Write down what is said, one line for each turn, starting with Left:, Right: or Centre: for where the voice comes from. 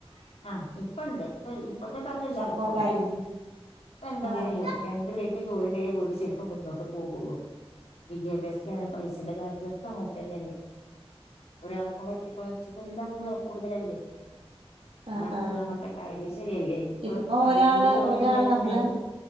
Left: ആഹ ഇപ്പണ്ട് ഇപ്പ ഇപ്പോഴത്തെ, കാലത്ത് എല്ലാർക്കുണ്ട്.
Right: സപ്പോർട്ടായി
Left: പ്പോ എന്തെന്നറിയോ
Right: ആഹ്
Left: രണ്ടു പേര്- ജോലിണ്ടെങ്കിൽ വീട് ശരിക്കും- മുന്നോട്ട് പോകുള്ളൂ. വിദ്യാഭ്യാസത്തില പൈസന്റെ കാര്യ- ഒക്കെ അങ്ങനത്തെങ്ങനെയെ- ഒരാളെ കൊണ്ട് പറ്റൊപ്പം, എല്ലാത്തിനും വില കൂടുതലല്ലേ. <inaudible>
Right: ആഹ്
Left: അത് ഒന്നാമത്തെ
Right: ആഹ്
Left: കാര്യം ശരിയല്ല, ഇപ്പോ
Right: ഇപ്പൊ
Left: ഭാര്യക്കും
Right: ഒരാള്
Left: കൂടി ജോലി
Right: ഒരാള്
Left: ഉണ്ടെന്നുണ്ടെങ്കിൽ.
Right: നമ്മളെ